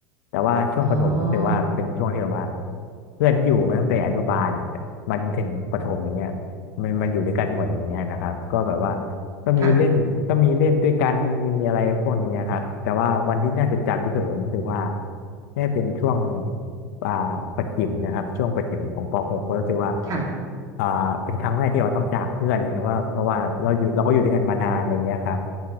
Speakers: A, on the left (about 70°); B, on the right (about 40°).
A: แต่ว่าช่วงประถมรู้สึกว่าเป็นช่วงที่แบบว่า
B: อ๋อ
A: เพื่อนที่อยู่มาตั้งแต่อนุบาลมาจนถึงประถมอย่างเงี้ยมันมาอยู่ด้วยกันหมดอย่างเงี้ยนะครับก็แบบว่า ก็มีเล่นก็มีเล่นด้วยกันมีอะไรพวกนี้ครับแต่ว่าวันที่น่าจดจำที่สุดผมรู้สึกว่า
B: ค่ะ
A: เนี่ยเป็นช่วงอ่าประถมนะครับช่วงประถมของป .6 กก็รู้สึกว่า
B: ค่ะ
A: อ่าเป็นครั้งแรกที่เราต้องจากเพื่อนอย่างเงี้ยเพราะเพราะว่าเราอยู่เราก็อยู่ด้วยกันมานานอะไรเงี้ยครับ